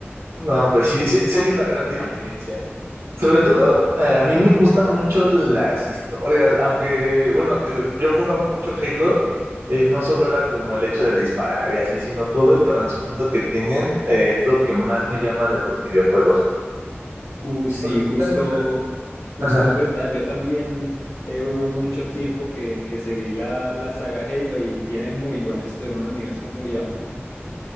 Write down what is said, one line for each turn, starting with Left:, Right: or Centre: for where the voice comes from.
Right: No, pues sí, sí, sí hay una gran diferencia. Sobre todo, eh, a mí me gustan mucho las historias, aunque, bueno, te digo, yo jugaba mucho Halo, eh, no solo era como el hecho de disparar y así, sino todo el trasfondo que tienen eh, es lo que más me llama de los videojuegos.
Left: Uh, sí,
Right: Porque
Left: justo,
Right: hay muchos.
Left: justo
Right: Ajá.
Left: es verdad. Yo también eh, hubo mucho tiempo que, que seguí la, la saga Halo y tiene muy buena historia, un universo muy amplio.